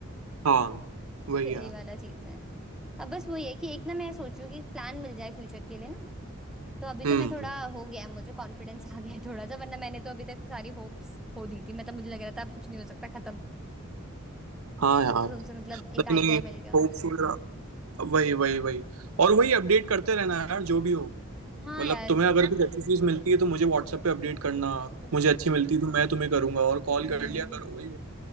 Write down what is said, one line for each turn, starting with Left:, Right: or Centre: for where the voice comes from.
Right: हाँ वही
Centre: फिर यही
Right: यार
Centre: वाला चीज है अब बस वही है कि एक ना मैं सोचू कि प्लान मिल जाए फ्यूचर के लिए ना तो अभी
Right: हम्म
Centre: तो मैं थोड़ा हो गया है मुझे कॉन्फिडेंस <laughs> आ गया है थोड़ा सा वरना मैंने तो अभी तक सारी होप्स खो दी थी मतलब मुझे लग रहा था अब कुछ नहीं हो सकता खत्म
Right: हाँ यार
Centre: तो, तो तुमसे मतलब एक
Right: नहीं
Centre: आइडिया
Right: नहीं
Centre: मिल गया
Right: होप्स वगैरह वही वही वही और वही अपडेट करते रहना यार जो भी हो
Centre: हाँ
Right: मतलब
Centre: यार
Right: तुम्हें अगर
Centre: ठीक।
Right: कुछ अच्छी चीज मिलती है तो मुझे WhatsApp पे अपडेट करना
Centre: हम्म
Right: मुझे अच्छी मिलती है तो मैं तुम्हें करूंगा और कॉल
Centre: हम्म
Right: कर लिया करो वही